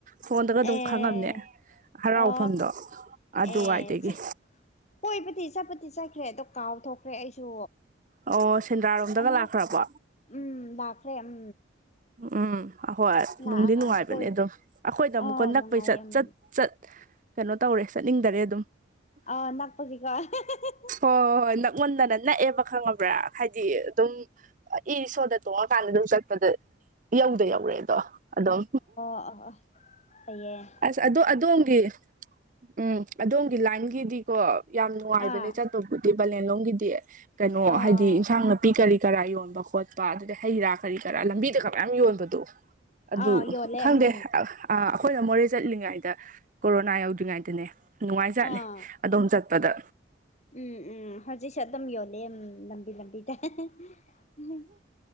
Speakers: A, on the right; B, on the left.
A: ꯐꯣꯟꯗꯒ ꯑꯗꯨꯝ
B: ꯑꯦ
A: ꯈꯪꯉꯝꯅꯦ ꯍꯔꯥꯎꯐꯝꯗꯣ
B: ꯑꯣ
A: ꯑꯗꯨꯋꯥꯏꯗꯒꯤ꯫
B: ꯑꯦ ꯀꯣꯏꯕꯗꯤ ꯆꯠꯄꯗꯤ ꯆꯠꯈ꯭ꯔꯦ ꯑꯗꯣ ꯀꯥꯎꯊꯣꯛꯈ꯭ꯔꯦ ꯑꯩꯁꯨ꯫
A: ꯑꯣ ꯁꯦꯟꯗ꯭ꯔꯥ ꯔꯣꯝꯗꯒ
B: ꯑꯃꯔꯛ
A: ꯂꯥꯛꯈ꯭ꯔꯕꯣ꯫
B: ꯎꯝ ꯂꯥꯛ꯭꯭꯭꯭ꯈ꯭ꯔꯦ ꯎꯝ꯫
A: ꯎꯝ ꯑꯍꯣꯏ
B: ꯂꯥꯛꯑꯒ
A: ꯅꯨꯡꯗꯤ ꯅꯨꯡꯉꯥꯏꯕꯅꯦ
B: ꯀꯣꯏ
A: ꯑꯗꯣ ꯑꯩꯈꯣꯏꯗ ꯑꯃꯨꯛꯀ
B: ꯑ
A: ꯅꯛꯄꯩ
B: ꯅꯨꯡꯉꯥꯏꯌꯦ
A: ꯆꯠ
B: ꯎꯝ
A: ꯆꯠ ꯆꯠ ꯀꯩꯅꯣ ꯇꯧꯔꯦ ꯆꯠꯅꯤꯡꯗꯔꯦ ꯑꯗꯨꯝ꯫
B: ꯑ ꯅꯥꯥꯛꯄꯒꯤꯀꯣ <unintelligible>
A: ꯍꯣꯏ ꯍꯣꯏ ꯍꯣꯏ ꯅꯛꯃꯟꯗꯅ ꯅꯛꯑꯦꯕ ꯈꯪꯉꯕ꯭ꯔꯥ ꯍꯥꯏꯗꯤ ꯑꯗꯨꯝ ꯏꯁꯣꯗ ꯇꯣꯡꯉꯀꯥꯟꯗ ꯑꯗꯨꯝ ꯆꯠ ꯄꯗ ꯏꯌꯧꯗ ꯌꯧꯔꯦꯗꯣ ꯑꯗꯨꯝ꯫
B: ꯑꯥꯍ ꯍꯌꯦꯡ
A: ꯑꯁ ꯑꯗꯣ ꯑꯗꯣꯝꯒꯤ ꯎꯝ ꯑꯗꯣꯝꯒꯤ ꯂꯥꯏꯟꯒꯤꯗꯤ ꯀꯣ ꯌꯥꯝ ꯅꯨꯡꯉꯥꯏꯕꯅꯦ
B: ꯑꯥ
A: ꯆꯠꯄꯕꯨꯗꯤ ꯄꯥꯂꯦꯟꯂꯣꯝꯒꯤꯗꯤ ꯀꯩꯅꯣ
B: ꯑꯥ
A: ꯍꯥꯏꯗꯤ ꯏꯟꯁꯥꯡꯅ ꯅꯥꯄꯤ ꯀꯔꯤ ꯀꯔꯥ ꯌꯣꯟꯕ ꯈꯣꯠꯄ ꯑꯗꯨꯗ ꯍꯩ ꯔꯥ ꯀꯔꯤ ꯀꯔꯥ ꯂꯝꯕꯤꯗꯒ ꯃꯌꯥꯝ ꯌꯣꯟꯕꯗꯣ꯫ ꯑꯗꯨ
B: ꯑꯥ ꯌꯣꯜꯂꯦ
A: ꯈꯪꯗꯦ
B: ꯎꯝ
A: ꯑ ꯑ ꯑꯈꯣꯏꯅ ꯃꯣꯔꯦ ꯆꯠꯂꯤꯉꯩꯗ ꯀꯣꯔꯣꯅꯥ ꯌꯧꯗ꯭ꯔꯤꯉꯥꯢꯗꯅꯦ꯫ ꯖꯥꯠꯅꯤ
B: ꯑꯥ
A: ꯑꯗꯣꯝ ꯆꯠꯄꯗ꯫
B: ꯎꯝ ꯎꯝ ꯍꯧꯖꯤꯛꯁꯨ ꯑꯗꯨꯝ ꯌꯣꯜꯂꯦ ꯂꯝꯕꯤ ꯂꯝꯕꯤꯗ ꯍꯥ ꯍꯥ <unintelligible>